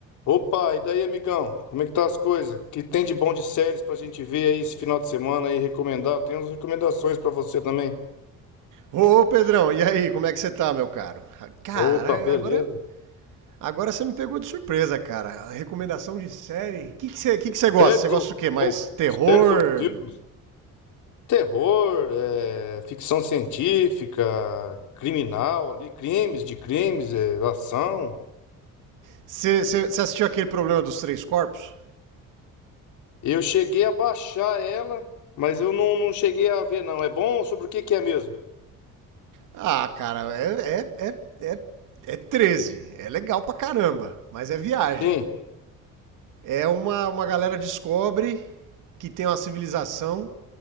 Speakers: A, on the left; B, on the right.
A: Opa, e daí, amigão? Como é que tá as coisas? O que tem de bom de séries pra gente ver aí esse final de semana aí, recomendar? Tem umas recomendações pra você também.
B: Ô, Pedrão, e aí, como é que você tá, meu caro? Cara,
A: Opa, beleza.
B: agora, agora você me pegou de surpresa, cara. Recomendação de série? O que que você que que você gosta?
A: Séries
B: Você gosta
A: ou,
B: do quê? Mais
A: ou,
B: terror?
A: séries ou filme? Terror, é, ficção científica, criminal ali, crimes de crimes, é, ação.
B: Você você- você assistiu aquele problema dos três corpos?
A: Eu cheguei a baixar ela, mas eu não, não cheguei a ver, não. É bom? Sobre o que que é mesmo?
B: Ah, cara, é, é, é, é, é 13. É legal pra caramba, mas é viagem.
A: Sim,
B: É uma, uma galera descobre que tem uma civilização